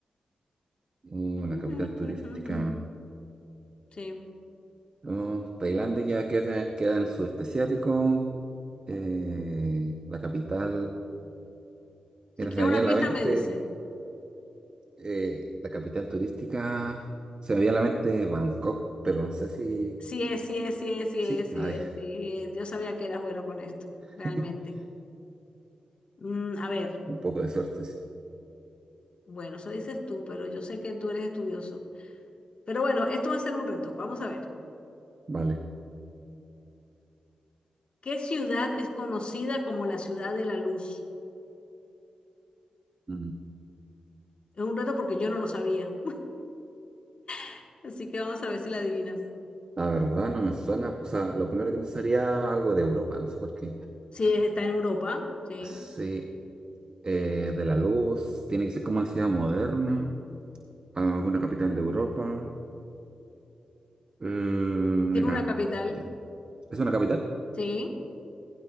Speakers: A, on the right; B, on the left.
A: Uh,
B: <laughs>
A: la capital turística.
B: Sí.
A: Uh, Tailandia ya queda, queda en el sudeste asiático. Eh, la capital.
B: Si
A: Mira,
B: quieres
A: se me
B: una
A: viene a
B: pista,
A: la mente
B: me dice.
A: eh, la capital turística. Se me viene a la mente Bangkok, pero no sé si.
B: Sí es, sí es, sí es, sí
A: Sí,
B: es, sí
A: ay,
B: es, sí es. Yo sabía que eras bueno con esto,
A: <laughs>
B: realmente. Mm, a ver,
A: un poco de suerte, sí.
B: bueno, eso dices tú, pero yo sé que tú eres estudioso. Pero bueno, esto va a ser un reto. Vamos a ver.
A: Vale.
B: ¿Qué ciudad es conocida como la ciudad de la luz?
A: Mm,
B: Es un reto porque yo no lo sabía, <laughs> así que vamos a ver si la adivinas.
A: La verdad no me suena. O sea, lo primero que me sería algo de Europa, no sé por qué.
B: Sí, es- está en Europa, sí.
A: Sí, eh, de la luz, tiene que ser como una ciudad moderna, alguna capital de Europa. Eh,
B: Tiene
A: mira,
B: una capital,
A: ya. ¿Es una capital?
B: sí.